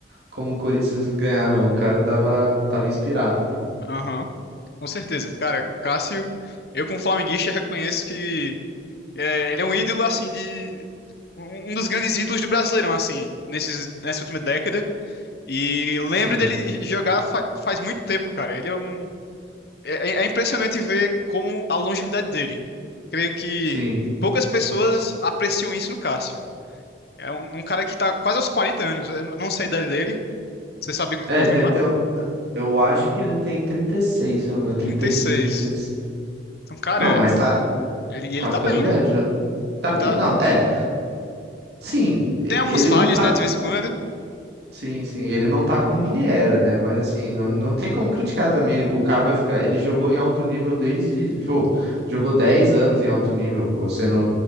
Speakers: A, on the right (about 65°); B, on the left (about 55°).
A: como o Corinthians ganhar, não. O cara tava, tava inspirado, pô.
B: Aham. Com certeza. Cara, o Cássio, eu como flamenguista reconheço que é, ele é um ídolo, assim, de... Um um dos grandes ídolos do Brasileirão, assim, nesses, nessa última década. E lembro
A: Sim,
B: dele jogar fa- faz muito tempo, cara. Ele é um. É, é é impressionante ver como a longevidade dele. Creio que
A: sim.
B: poucas pessoas apreciam isso no Cássio. É um, um cara que tá quase aos 40 anos. Eu não sei a idade dele. Você sabe me
A: É,
B: confirmar?
A: ele deve ter. um- Eu acho que ele tem 36, se eu não me engano,
B: Trinta
A: trinta e
B: e
A: cinco,
B: seis.
A: trinta e seis
B: Então, cara,
A: Não, mas tá,
B: ele, ele
A: tá
B: tá
A: ficando
B: bem,
A: velho
B: né?
A: já. Tá
B: Ele
A: bem.
B: tá.
A: Não, é. Sim, e-
B: Tem algumas
A: ele
B: falhas,
A: não tá
B: né, de vez em quando.
A: Sim, sim, ele não tá como ele era, né? Mas assim, não, não tem como criticar também. O cara vai ficar. Ele jogou em alto nível desde. Pô, jogou 10 anos em alto nível, pô, sendo